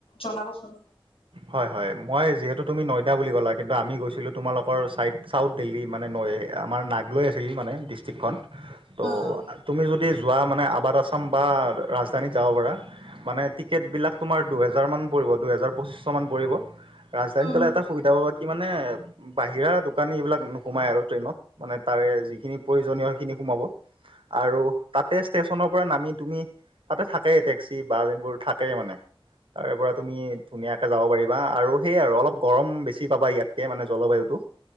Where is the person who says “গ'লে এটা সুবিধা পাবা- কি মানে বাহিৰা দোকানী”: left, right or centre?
Right